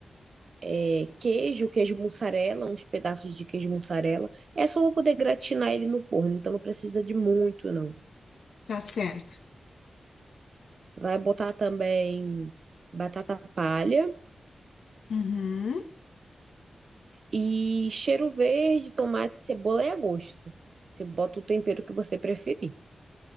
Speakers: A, on the right; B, on the left.
A: é, queijo, queijo mussarela, uns pedaços de queijo mussarela. É só pra poder gratinar ele no forno, então não precisa de muito, não.
B: Tá certo.
A: Vai botar também batata palha
B: Uhum.
A: e cheiro verde, tomate, cebola é a gosto. Você bota o tempero que você preferir.